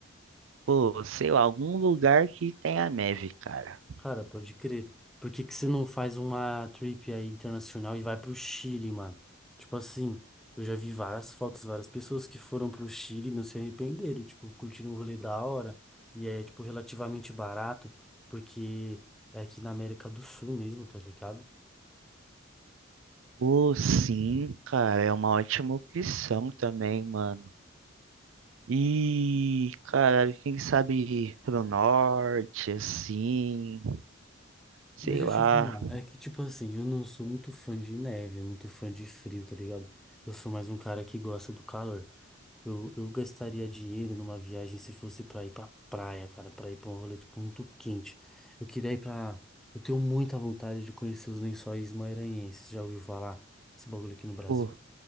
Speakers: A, on the right; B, in the centre.
A: pô, sei lá, algum lugar que tenha neve, cara.
B: Cara, pode crer. Por que que você não faz uma trip aí internacional e vai pro Chile, mano? Tipo assim, eu já vi várias fotos, várias pessoas que foram pro Chile e não se arrependeram, tipo, curtiram um rolê da hora e é, tipo, relativamente barato, porque é aqui na América do Sul mesmo, tá ligado?
A: Pô, sim, cara, é uma ótima opção também, mano. E, cara, quem sabe pro norte, assim, sei
B: Deixa
A: lá.
B: eu te falar, é que, tipo assim, eu não sou muito fã de neve, muito fã de frio, tá ligado? Eu sou mais um cara que gosta do calor. Eu, eu gastaria dinheiro numa viagem se fosse pra ir pra praia, cara, pra ir pra um rolê tipo, muito quente. Eu queria ir pra. Eu tenho muita vontade de conhecer os Lençóis Maranhenses. Já ouviu falar esse bagulho aqui no Brasil?
A: Pô,